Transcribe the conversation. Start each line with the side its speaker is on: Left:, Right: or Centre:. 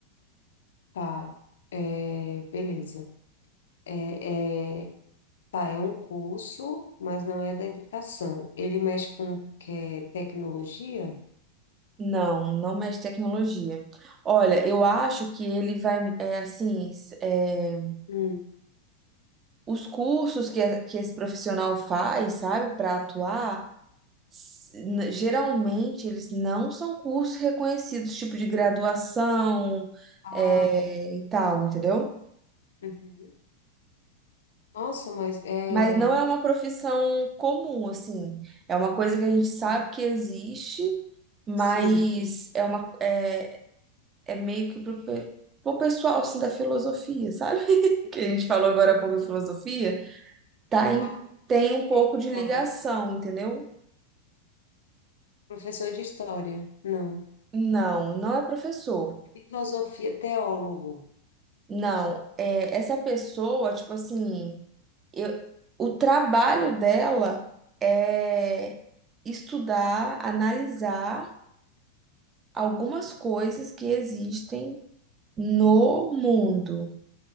Left: tá. É, beleza. É, é, tá, é um curso, mas não é da educação. Ele mexe com que é tecnologia?
Right: Não, não mexe tecnologia. Olha, eu acho que ele vai, é assim, s- é,
Left: Hum.
Right: os cursos que, a- que esse profissional faz, sabe, para atuar, s- n- geralmente eles não são cursos reconhecidos, tipo de graduação,
Left: Ah,
Right: é,
Left: tá.
Right: e tal, entendeu?
Left: Uhum. Nossa, mas é.
Right: Mas não é uma profissão comum, assim. É uma coisa que a gente
Left: ah,
Right: sabe que existe, mas
Left: sim.
Right: é uma, é, é meio que pro, pe- pro pessoal assim, da filosofia, sabe? <laughs> Que a gente falou agora
Left: Hum.
Right: há pouco em filosofia, tá
Left: Ah,
Right: em- tem um pouco
Left: é história.
Right: de ligação, entendeu?
Left: Professor de história. Não.
Right: Não, não é professor.
Left: Filosofia, teólogo.
Right: Não, é essa pessoa, tipo assim, eu, o trabalho dela é estudar, analisar algumas coisas que existem no mundo,